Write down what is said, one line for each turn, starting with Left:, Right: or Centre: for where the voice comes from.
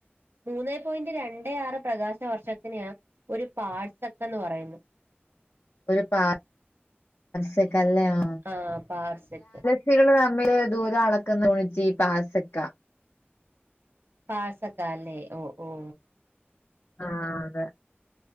Right: മൂന്നേ പോയിന്റ് രണ്ട് ആറ് പ്രകാശ വർഷത്തിനെയാ ഒരു പാഴ്സക്ക് എന്ന് പറയുന്നത്
Left: ഒരു പാർ സെക്കല്ലയാ
Right: ആഹ് പാർസെക്ക്
Left: <unintelligible> തമ്മില് ദൂരം അളക്കുന്ന യൂണിറ്റ് പാസെക്കാ
Right: പാഴ്സെക്കാല്ലേ ഓ ഓ
Left: ആഹ് അതെ